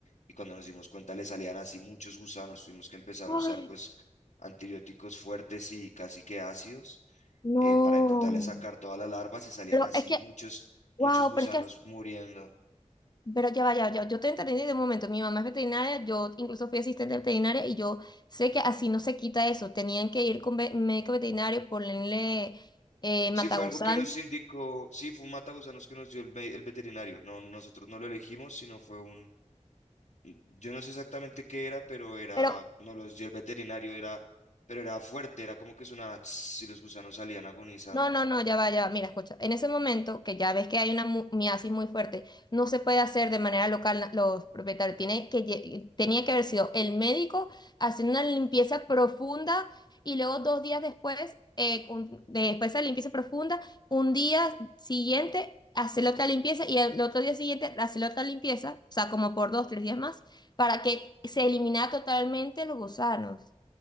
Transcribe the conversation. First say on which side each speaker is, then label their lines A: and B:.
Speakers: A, on the left (about 65°); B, on the left (about 35°).
A: Y cuando nos dimos cuenta le salían así muchos gusanos, tuvimos que empezar
B: Ay,
A: a usar pues antibióticos fuertes y casi que ácidos
B: no.
A: eh, para intentarle sacar todas las larvas y salían
B: Pero
A: así
B: es que,
A: muchos,
B: wow,
A: muchos gusanos
B: pero es que,
A: muriendo.
B: pero ya va, ya, ya, yo te entendí de un momento, mi mamá es veterinaria, yo incluso fui asistente veterinaria y yo sé que así no se quita eso, tenían que ir con ve- médico veterinario, ponerle eh,
A: Sí,
B: matagusano,
A: fue algo que nos indicó, sí, fue un matagusanos que nos dio el, ve- el veterinario. No, nosotros no lo elegimos, sino fue un, yo no sé exactamente qué era, pero era,
B: pero
A: nos los dio el veterinario, era, pero era fuerte, era como que sonaba tss, y los gusanos salían agonizando.
B: No, no, no, ya va, ya va. Mira, escucha. En ese momento, que ya ves que hay una mu- miasis muy fuerte, no se puede hacer de manera local na- los propietarios. Tiene que, lle- tenía que haber sido el médico haciendo una limpieza profunda y luego dos días después, eh, un- después de la limpieza profunda, un día siguiente hacer otra limpieza y el otro día siguiente hacer otra limpieza, o sea, como por dos, tres días más, para que se eliminara totalmente los gusanos.